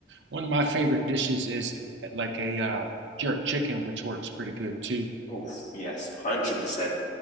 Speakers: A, on the right; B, on the left.
A: one of my favorite dishes is like a uh, jerk chicken, which works pretty good too.
B: Oof, yes, one hundred percent.